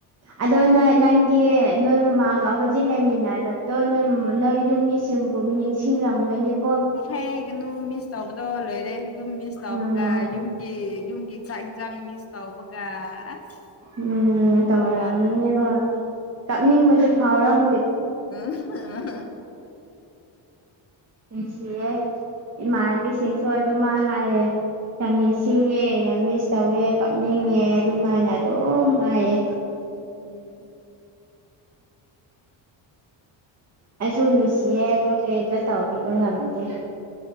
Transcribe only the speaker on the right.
ꯑꯗꯣ ꯅꯣꯏ ꯅꯪꯗꯤ ꯅꯣꯏ ꯃꯃꯥꯒ ꯍꯧꯖꯤꯛ ꯂꯩꯃꯤꯟꯅꯕꯗꯣ ꯅꯣꯏ ꯅꯣꯏ ꯌꯨꯝ ꯃꯤꯁꯤꯡ ꯔꯨꯝ ꯅꯤꯡꯁꯤꯡꯂꯝꯒꯅꯤꯀꯣ
ꯎꯝ
ꯎꯝ ꯇꯧꯔꯝꯅꯤ
ꯍꯣꯏ ꯀꯥꯞꯅꯤꯡꯕꯁꯨ ꯐꯥꯎꯔꯝ
ꯅꯨꯡꯁꯤꯌꯦ ꯏꯃꯥꯟꯅꯕꯤꯁꯤꯡꯁꯨ ꯑꯗꯨꯃꯥꯏ ꯍꯥꯏꯌꯦ ꯌꯥꯝ ꯅꯤꯡꯁꯤꯡꯉꯦ ꯌꯥꯝ ꯃꯤꯁ ꯇꯧꯋꯦ ꯀꯞꯅꯤꯡꯉꯦ ꯑꯗꯨꯃꯥꯏꯅ ꯑꯗꯨꯝ ꯍꯥꯏꯌꯦ
ꯑꯩꯁꯨ ꯅꯨꯡꯁꯤꯌꯦ ꯑꯗꯣ ꯀꯔꯤꯝꯇ ꯇꯧꯕꯤꯕ ꯉꯝꯗꯦ